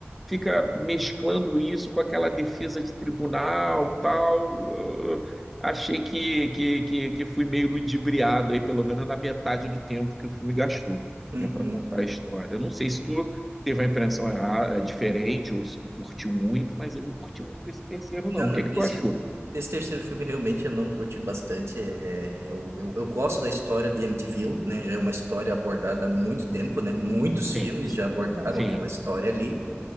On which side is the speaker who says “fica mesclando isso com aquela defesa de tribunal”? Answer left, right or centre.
Centre